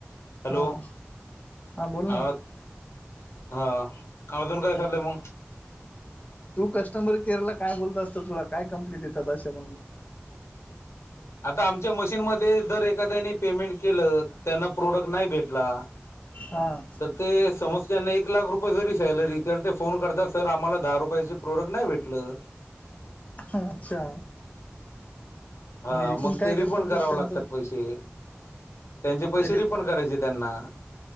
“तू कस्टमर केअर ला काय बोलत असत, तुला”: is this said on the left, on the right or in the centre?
Left